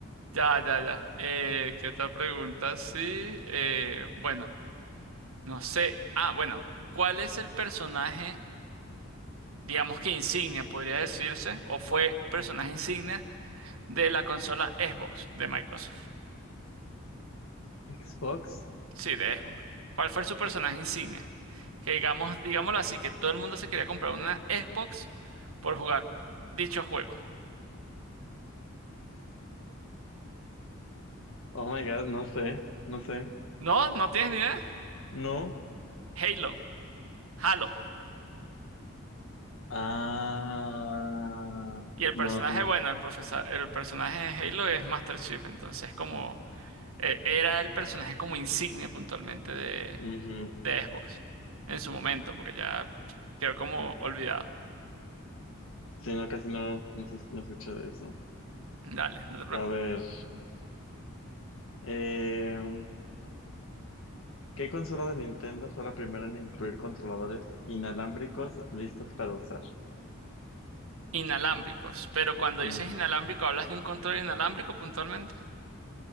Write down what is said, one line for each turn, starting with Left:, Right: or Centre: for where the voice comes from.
Right: ya, ya, ya. Eh, ¿qué otra pregunta? Sí. eh, bueno, no sé. Ah, bueno. ¿Cuál es el personaje? digamos que insignia, podría decirse, o fue personaje insignia de la consola Xbox de Microsoft.
Left: ¿Xbox?
Right: Sí, de Xbox. ¿Cuál fue su personaje insignia? Que digamos, digámoslo así, que todo el mundo se quería comprar una Xbox por jugar dicho juego.
Left: Oh my God, no sé, no sé.
Right: ¿No? ¿No tienes ni idea?
Left: No.
Right: Halo, Halo.
Left: Ah,
Right: Y el
Left: no,
Right: personaje,
Left: no tenía.
Right: bueno, el profesor, el personaje de Halo es Master Chief, entonces como eh, era el personaje como insignia puntualmente de,
Left: Ujú.
Right: de Xbox en su momento, porque ya quedó como olvidado.
Left: Sí, no, casi no, no, se- no escuché de eso.
Right: Dale, no te preocupes.
Left: A ver, eh, ¿qué consola de Nintendo fue la primera en incluir controladores inalámbricos listos para usar?
Right: Inalámbricos. Pero cuando
Left: Ujú.
Right: dices inalámbrico, ¿hablas de un control inalámbrico puntualmente?